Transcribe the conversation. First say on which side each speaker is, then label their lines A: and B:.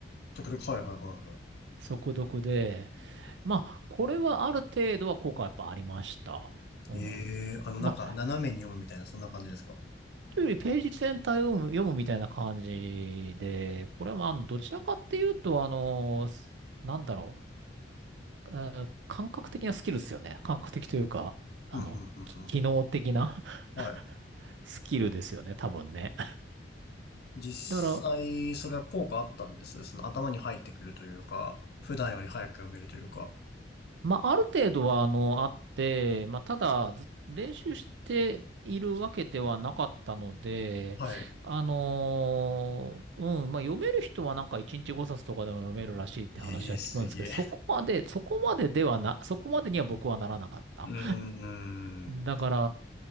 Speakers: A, on the left; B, on the right.
A: とくちょく、はいはいはいはい。
B: 速読で、まあ、これはある程度は効果はやっぱありました。うん。
A: ええあのなんか斜めに読むみたいな、
B: まあ
A: そんな感じですか
B: というよりページ全体を読む、読むみたいな感じで、これはまあ、あのどちらかっていうと、あの、なんだろう、あ感覚的なスキルですよね。感覚的というか、あの、
A: うん、うん、うん、
B: き機能的な
A: うん。はい。
B: <laughs> スキルですよね、多分ね。
A: 実際、
B: だから、
A: それは効果あったんです。その頭に入ってくるというか、普段より早く読めるというか。
B: まあ、ある程度は、あの、あって、まあ、ただ、ず練習しているわけではなかったので、
A: はい。
B: あのーうん、まあ、読める人はなんか1日5冊とかでも読めるらしいって話は聞くんですけど、
A: ええすげえ。
B: そこまで、そこまでではな、そこまでには僕はならなかった。
A: うー
B: だから、
A: ん。